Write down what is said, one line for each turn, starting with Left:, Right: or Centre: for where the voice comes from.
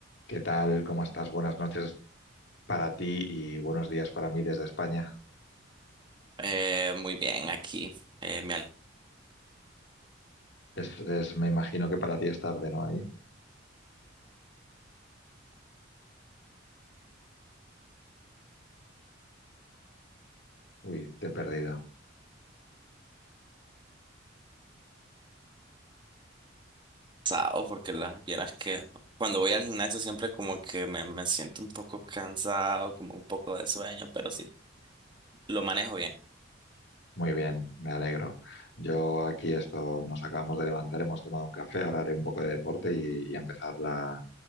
Left: ¿Qué tal? ¿Cómo estás? Buenas noches para ti y buenos días para mí desde España.
Right: Eh, muy bien, aquí eh, me ha
Left: Es, es- me imagino que para ti es tarde, ¿no? Ahí. Uy, te he perdido.
Right: alzado porque la vieras que cuando voy al gimnasio siempre como que me, me siento un poco cansado, como un poco de sueño, pero sí, lo manejo bien.
Left: Muy bien, me alegro. Yo aquí esto, nos acabamos de levantar, hemos tomado un café, ahora haré un poco de deporte y, y empezar la,